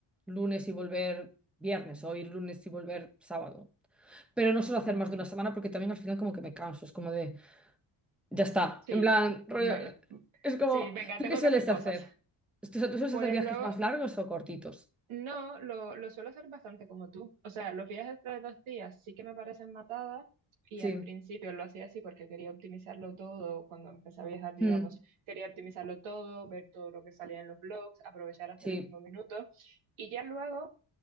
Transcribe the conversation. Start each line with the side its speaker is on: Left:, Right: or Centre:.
Centre: lunes y volver viernes o ir lunes y volver sábado. Pero no suelo hacer
Right: vale.
Centre: más de una semana porque también al final como que me canso. Es como de, ya está.
Right: Sí,
Centre: En plan, rollo,
Right: vale.
Centre: es como,
Right: Sí, venga,
Centre: ¿tú
Right: tengo
Centre: qué sueles
Right: que hacer cosas.
Centre: hacer? ¿Tú, tú sueles
Right: Pues
Centre: hacer viajes
Right: luego,
Centre: más largos o cortitos?
Right: No, lo, lo suelo hacer bastante como tú. O sea, los viajes de dos días sí que me parecen matadas y
Centre: Sí.
Right: al principio lo hacía así porque quería optimizarlo todo. Cuando empecé a viajar, digamos,
Centre: Mm,
Right: quería optimizarlo todo, ver todo lo que salía en los blogs, aprovechar hasta
Centre: sí.
Right: el último minuto. Y ya luego